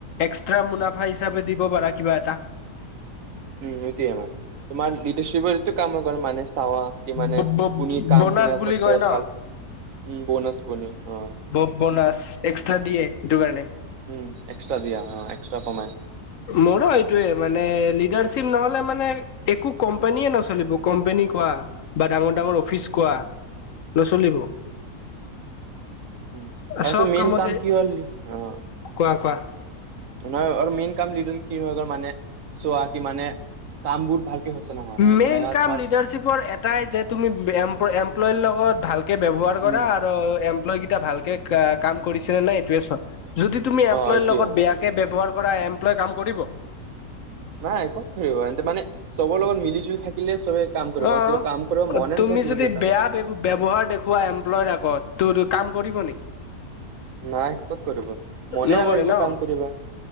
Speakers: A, on the left; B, on the right.
A: এক্সট্ৰা মুনাফা হিচাপে দিব পাৰা কিবা এটা।
B: উম সেইটোৱে মানে তোমাৰ লিডাৰশ্বিৰ- ইটো কাম গল মানে চাৱা কি মানে
A: ব- ব-
B: কোনে কাম
A: বনাছ
B: কনেকোৱা
A: বুলি
B: কৰিছে
A: কয় ন
B: ভাল কৰিছে উম বোনছ বনি অঁ
A: ব বনাছ এক্সট্ৰা দিয়ে সেইটো কাৰণে।
B: উম এক্সট্ৰা দিয়া অঁ এক্সট্ৰা কমাই।
A: মোৰো এইটোৱে মানে লিডাৰশ্বিপ নহলে মানে একো কোম্পানীয়ে নচলিব কোম্পানী কোৱা বা ডাঙৰ ডাঙৰ অফিচ কোৱা। নচলিব।
B: তাৰপিছত
A: চব
B: মেইন
A: কামতে
B: কাম কি হ'ল অ',
A: কোৱা কোৱা।
B: নহয় আৰু মেইন কাম লিডাৰ কি হয় গল মানে চোৱা কি মানে কামবোৰ ভালকে হৈছে নে নাই হোৱা
A: মেইন
B: যেনেকা
A: কাম
B: তোমাৰ
A: লিডাৰশ্বিপৰ এটাই যে তুমি এমপ্লয় লগত ভালকে ব্যৱহাৰ কৰা।
B: উম,
A: অ ভালেকে কাম কৰিছে নে নাই এইটোৱেই চোৱা যদি তুমি
B: অ',
A: এমপ্লয়
B: এইটোয়ে
A: লগত বেয়া কে ব্যৱহাৰ কৰা এমপ্লয় কাম কৰিব।
B: নাই কত কৰিব মানে চবৰ লগত মিলি জুলি থাকিলে চবে কাম কৰিব
A: অ
B: তেতিয়া কাম কৰিব মনে
A: তুমি
B: নাথাকিব
A: যদি
B: তেতিয়া
A: বেয়া ব্যৱহাৰ দেখোৱা এমপ্লয়ৰ আগত তোৰ কাম কৰিব নেকি?
B: নাই ক'ত কৰিব, মনে
A: নকৰে
B: নালাগিব
A: ন
B: কাম কৰিবা